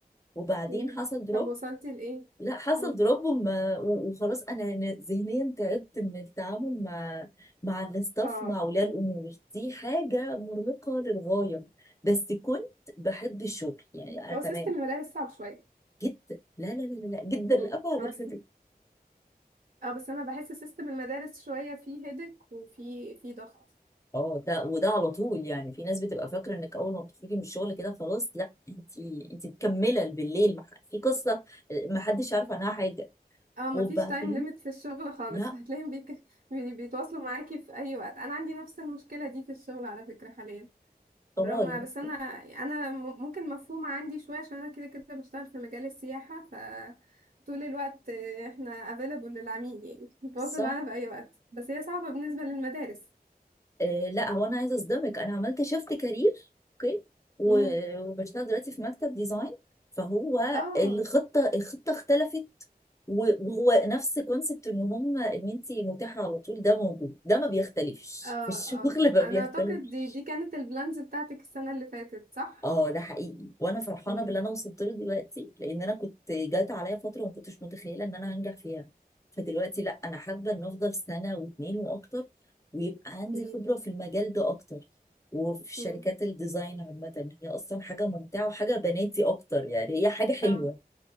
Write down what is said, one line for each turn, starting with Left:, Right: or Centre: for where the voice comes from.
Left: وبعدين
Right: مم.
Left: حصل دروب
Right: طب وصلتي لإيه؟
Left: لا حصل
Right: مم.
Left: دروب وما- و- وخلاص انا أنا ذهنيا تعبت من التعامل مع مع الاستاف
Right: اه
Left: مع اولياء الامور دي حاجه مرهقه للغايه بس كنت بحب الشغل يعني انا
Right: هو
Left: تمام
Right: سيستم المدارس صعب شوية
Left: جدا لا لا لا لا لا، جدا لابعد
Right: مم. هو
Left: الحدود
Right: اه بس انا بحس سيستم المدارس شويه فيه هيدك وفي في ضغط
Left: اه ده وده على طول يعني في ناس بتبقى فاكره انك اول ما بتخرجي من الشغل كده خلاص لا انت انت مكمله بالليل مع- في قصه آه، ما حدش عارف عنها حاجه
Right: اه مفيش
Left: وبعدين
Right: تايم ليميت في الشغل خالص
Left: لا
Right: <laughs> هتلاقيهم بيك... بي- بيتواصلوا معاكي في اي وقت انا عندي نفس المشكله دي في الشغل على فكره حاليا
Left: طوال
Right: برغم بس انا يعني انا م- ممكن مفهومه عندي شويه عشان انا كده كده بشتغل في مجال السياحه ف طول الوقت آه، احنا available للعميل يعني بيتواصل
Left: صح
Right: معانا في اي وقت بس هي صعبه بالنسبه للمدارس
Left: آه لا هو انا عايزه اصدمك انا عملت شيفت كارير اوكي و-
Right: امم
Left: وبشتغل دلوقتي في مكتب ديزاين فهو
Right: اه
Left: الخطه الخطه اختلفت و- وهو نفس كونسبت ان هم ان انت متاحه على طول ده موجود ده ما بيختلفش
Right: اه
Left: في الشغل
Right: اه
Left: <laughs> ما
Right: انا
Left: بيختلفش
Right: اعتقد دي دي كانت البلانز بتاعتك السنة اللي فاتت صح؟
Left: اه ده حقيقي وانا فرحانه
Right: امم
Left: باللي انا وصلت له دلوقتي لان انا كنت جات عليا فتره ما كنتش متخيله ان انا هنجح فيها فدلوقتي لا انا حابه ان افضل سنه واتنين واكتر ويبقى عندي
Right: امم
Left: خبره في المجال ده اكتر وفي شركات
Right: امم
Left: الديزاين عامه هي اصلا حاجه ممتعه وحاجه بناتي اكتر يعني هي حاجه حلوه
Right: اه